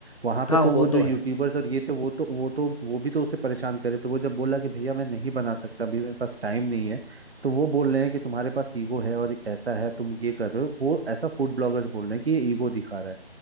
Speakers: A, on the right (about 70°); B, on the left (about 35°).
A: वहां पे
B: हाँ
A: तो वो
B: वो तो
A: जो यूट्यूबर्स
B: है
A: और ये थे वो तो वो तो वो भी तो उसे परेशान कर रहे थे वो जब बोला कि भैया मैं नहीं बना सकता अभी मेरे पास टाइम नहीं है तो वो बोल रहे हैं कि तुम्हारे पास ईगो है और ऐसा है तुम ये कर रहे हो वो ऐसा फूड ब्लॉगर्स बोल रहे हैं कि ये ईगो दिखा रहा है